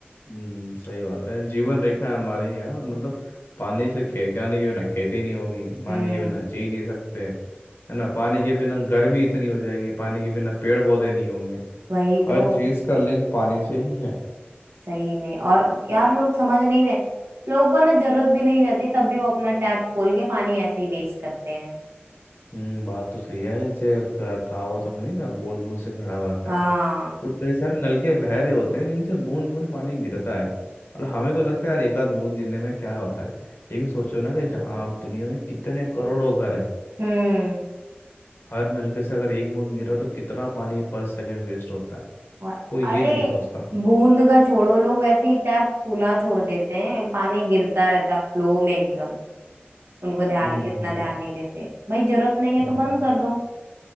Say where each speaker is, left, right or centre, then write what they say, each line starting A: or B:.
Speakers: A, on the left (about 65°); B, on the right (about 80°).
A: हम्म सही बात है जीवन रेखा है हमारी यार मतलब पानी से खे क्या नहीं के बिना खेती नहीं होगी पानी
B: हम्म
A: के बिना जी नहीं सकते है ना पानी के बिना गर्मी इतनी हो जाएगी पानी के बिना पेड़ पौधे नहीं होंगे
B: वही तो
A: हर चीज का लिंक पानी से ही है
B: सही में और यार लोग समझ नहीं रहे लोगों को ना जरूरत भी नहीं रहती तब भी वो अपना टैप खोल के पानी ऐसे ही वेस्ट करते हैं
A: हम्म बात तो सही है जैसे क- कहावतों में नहीं था बूंद बूंद से घड़ा भरता
B: हाँ
A: है तो कई सारे नलके बह रहे होते हैं जिनसे बूंद बूंद पानी गिरता है और हमें तो लगता है यार एक आध बूंद गिरने में क्या होता है लेकिन सोचो ना कि जहाँ आप दुनिया में कितने करोड़ों घर हैं
B: हम्म
A: हर नलके से अगर एक बूंद गिर रहा हो तो कितना पानी पर सेकंड वेस्ट होता है
B: और-
A: कोई
B: अरे
A: ये नहीं सोचता
B: बूंद का छोड़ो लोग ऐसे ही टैप खुला छोड़ देते हैं पानी गिरता रहता फ्लो में एकदम उनको ध्यान
A: हम्म
B: इतना ध्यान
A: वाह
B: नहीं देते भाई जरूरत नहीं है
A: हम्म
B: तो बंद कर दो